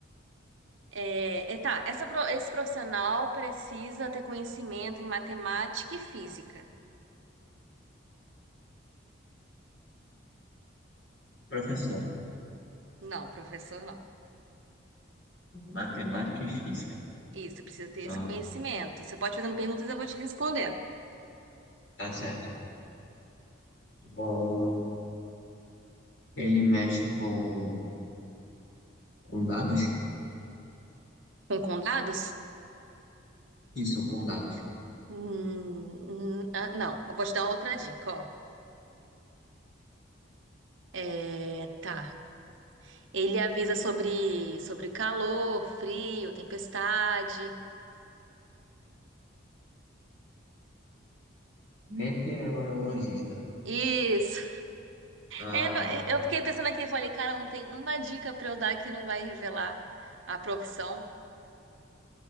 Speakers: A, on the right; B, on the left.
A: É, é, tá, essa pro- esse profissional precisa ter conhecimento em matemática e física.
B: Professor,
A: Não, professor, não.
B: matemática e física.
A: Isso, precisa ter esse
B: Ah,
A: conhecimento. Você pode fazendo perguntas e eu vou te respondendo.
B: tá certo. Bom, ele mexe com. condados
A: Com, com dados?
B: Isso, condados dados.
A: Hum, hum, ah, não, eu vou te dar uma outra dica, ó. É, tá. Ele avisa sobre, sobre calor, frio, tempestade.
B: Meteorologista.
A: Isso.
B: Ah,
A: É, não- eu fiquei pensando aqui, eu falei, cara, não tem uma dica pra eu dar que não vai revelar a profissão.